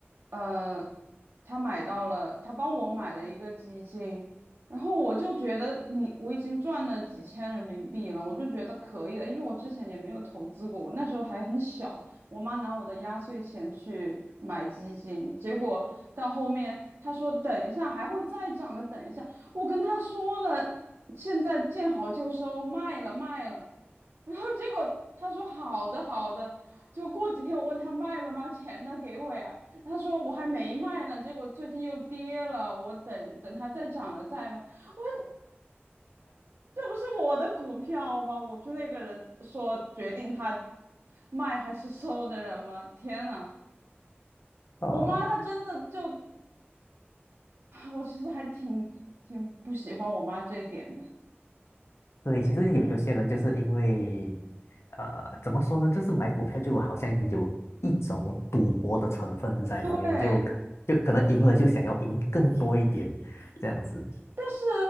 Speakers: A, on the right (about 65°); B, on the left (about 85°).
A: 呃，她买到了，她帮我买了一个基金，然后我就觉得你我已经赚了几千人民币了，我就觉得可以了，因为我之前也没有投资过，我那时候还很小，我妈拿我的压岁钱去买基金，结果到后面她说等一下还会再涨的，等一下，我跟她说了，现在见好就收，卖了卖了。然后结果他说好的好的，就过几天我问他卖了吗？钱呢？给我呀。他说我还没卖呢，结果最近又跌了，我等等它再涨了再卖。我这不是我的股票吗？我不是那个人说决定他，卖还是收的人吗？天呐，
B: 哦，
A: 我妈她真的就，我其实还挺挺不喜欢我妈这一点的。
B: 对，其实有有些人就是因为，呃，怎么说呢？就是买股票就好像有一种赌博的成分在里面，
A: 对，
B: 就可就可能赢了就想要赢更多一点，这样子。
A: 但是